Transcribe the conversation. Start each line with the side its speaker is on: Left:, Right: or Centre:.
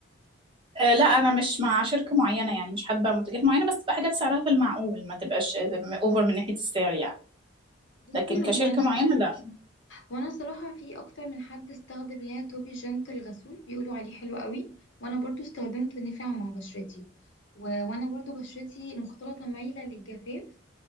Right: آه لا أنا مش مع شركة معينة يعني مش حابة منتجات معينة بس تبقى حاجات سعرها في المعقول ما تبقاش أوفر من ناحية السعر يعني
Left: بصي
Right: لكن كشركة
Left: هو انا
Right: معينة لا
Left: وانا صراحة في اكتر من حد استخدم اللي هي توبي جنت الغسول بيقولوا عليه حلو قوي وانا برضو استخدمته نفع مع بشرتي و... وانا برضو بشرتي مختلطة مايلة للجفاف